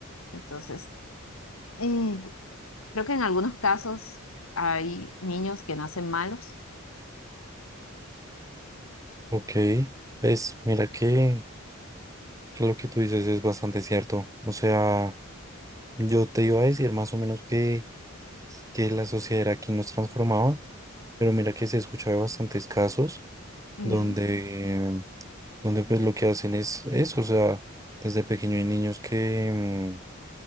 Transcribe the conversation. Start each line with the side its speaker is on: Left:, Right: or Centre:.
Left: Entonces, eh, Creo que en algunos casos hay niños que nacen malos,
Right: Ok, pues mira que, que lo que tú dices es bastante cierto. O sea, yo te iba a decir más o menos que, que la sociedad era quien nos transformaba, pero mira que se escucha de bastantes casos
Left: Ujú,
Right: donde, donde pues lo que hacen es eso, o sea, desde pequeño hay niños que, mm,